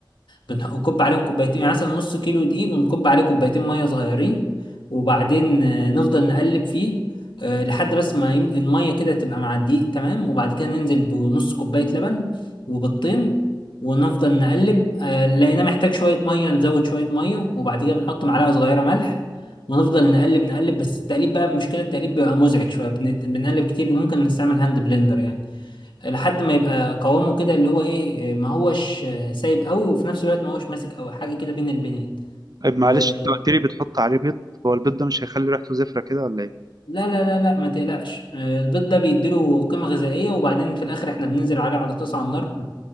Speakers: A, on the left (about 75°); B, on the right (about 50°).
A: بنح- بنكب عليهم كوبايتين يعني مثلا نص كيلو دقيق ونكب عليه كوبايتين ميه صغيرين وبعدين آه، نفضل نقلب فيه آه، لحد بس ما يم- الميه كده تبقى مع الدقيق تمام وبعد كده ننزل بنص كوبايه لبن وبيضتين ونفضل نقلب آه، لقيناه محتاج شويه ميه نزود شويه ميه وبعد كده بنحط معلقه صغيره ملح ونفضل نقلب نقلب بس التقليب بقى مشكله التقليب بيبقى مزعج شويه بن- بنقلب كتير ممكن نستعمل هاند بلندر يعني لحد ما يبقى قوامه كده اللي هو ايه ما هوش سايب قوي وفي نفس الوقت ما هوش ماسك قوي حاجه كده بين البنين
B: طيب
A: ولا
B: معلش انت قلت لي بتحط عليه بيض هو البيض ده مش هيخلي ريحته زفرة كده ولا ايه
A: لا لا لا لا، ما تقلقش آه، البيض ده بيديله قيمه غذائيه وبعدين في الاخر احنا بننزل عليه على طاسه على النار